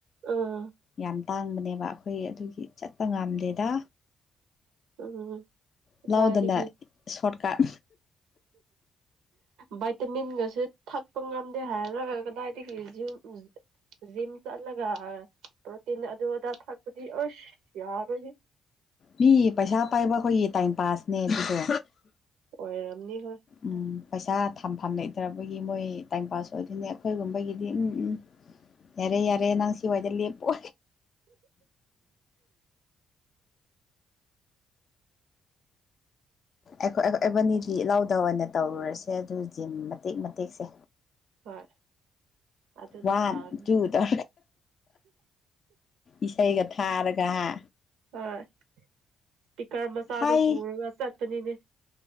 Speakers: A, on the right; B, on the left.
A: ꯎꯝ
B: ꯌꯥꯝ ꯇꯥꯡꯕꯅꯦꯕ ꯑꯩꯈꯣꯏ ꯑꯗꯨꯒꯤ ꯆꯠꯄ ꯉꯝꯗꯦꯗ
A: ꯎꯝ
B: ꯂꯥꯎꯗꯅ
A: ꯀꯗꯥꯏꯗꯒꯤ
B: ꯁꯣꯔꯠꯀꯥꯠ
A: ꯚꯥꯏꯇꯃꯤꯟꯒꯁꯨ ꯊꯛꯄ ꯉꯝꯗꯦ ꯍꯥꯏꯔ ꯀꯗꯥꯏꯗꯒꯤ ꯖꯤꯝ ꯖꯤꯝ ꯆꯠꯂꯒ ꯄ꯭ꯔꯣꯇꯤꯟ ꯑꯗꯨ ꯑꯗꯥ ꯐꯛꯄꯗꯤ ꯑꯁ ꯌꯥꯎꯔꯗꯤ
B: ꯃꯤ ꯄꯩꯁꯥ ꯄꯥꯏꯕ ꯑꯩꯈꯣꯏꯒꯤ ꯇꯥꯏꯝ ꯄꯥꯁꯅꯦ ꯁꯤꯁꯦ
A: ꯍꯔꯝꯅꯤ
B: ꯎꯝ ꯄꯩꯁꯥ ꯊꯝ ꯐꯥꯝ ꯂꯩꯇꯕꯒꯤ ꯃꯣꯏ ꯇꯥꯏꯝ ꯄꯥꯁ ꯑꯣꯏꯗꯣꯏꯅꯦ ꯑꯩꯈꯣꯏꯒꯨꯝꯕꯒꯤꯗꯤ ꯎꯝ ꯎꯝ ꯌꯥꯔꯦ ꯌꯥꯔꯦ ꯅꯪ ꯁꯤꯋꯥꯏꯗ ꯂꯦꯞꯄ ꯑꯩꯈꯣꯏ ꯑꯩꯕꯅꯤꯗꯤ ꯏꯜꯂꯥꯎꯗ ꯑꯣꯏꯅ ꯇꯧꯔꯨꯔꯁꯦ ꯑꯗꯨ ꯖꯤꯝ ꯃꯇꯦꯛ ꯃꯇꯦꯛꯁꯦ
A: ꯍꯣꯏ ꯑꯗꯨꯅ
B: ꯋꯥꯟ
A: ꯐꯅꯤ
B: ꯇꯨ ꯇ ꯏꯁꯩꯒ ꯊꯥꯔꯒ ꯀꯍꯥ
A: ꯍꯣꯏ ꯄꯤꯀꯔ ꯃꯆꯥꯗꯣ
B: ꯍꯥꯏ
A: ꯄꯨꯔꯒ ꯆꯠꯄꯅꯤꯅꯦ